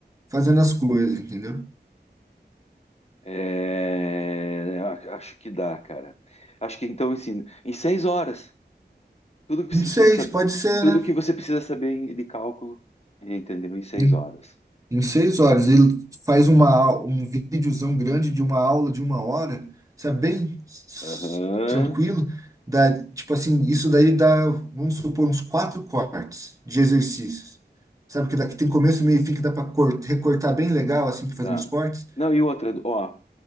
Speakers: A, on the right; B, on the left.
A: fazendo as coisas, entendeu?
B: É, a- acho que dá, cara. Acho que então ensina. Em seis horas, tudo que
A: Em
B: você
A: seis,
B: precisa saber,
A: pode ser,
B: tudo
A: né?
B: que você precisa saber de cálculo, entendeu? Em seis
A: Em,
B: horas.
A: em seis horas. Ele faz uma, au- um videozão grande de uma aula de uma hora, sabe? Bem s-
B: Aham.
A: tranquilo. Dá, tipo assim, isso daí dá, vamos supor, uns quatro cortes de exercícios. Sabe que daqui tem começo, meio e fim que dá para recortar bem legal, assim, para
B: Dá.
A: fazer uns cortes.
B: Não, e outra, ó,